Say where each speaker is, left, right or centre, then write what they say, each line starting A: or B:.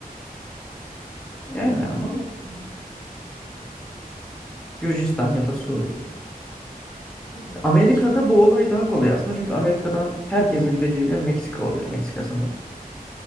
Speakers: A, on the left; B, in the centre.
A: Öyle
B: Yani
A: yani
B: ama
A: böyle yapardım.
B: Gürcistan ya da Suriye.
A: Evet,
B: Amerika'da
A: hiç şu an
B: bu olay daha kolay aslında. Çünkü Amerika'dan herkesin gideceği yer Meksika oluyor. Meksika sınırı.